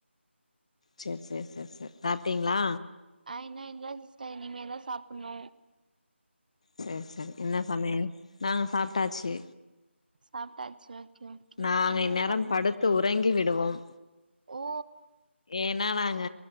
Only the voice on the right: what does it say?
ஆ இன்னு இல்ல சிஸ்டர் இனிமேதா சாப்பணு
சாப்ட்டாச்சு ஓகே
என்ன
சம
ஓ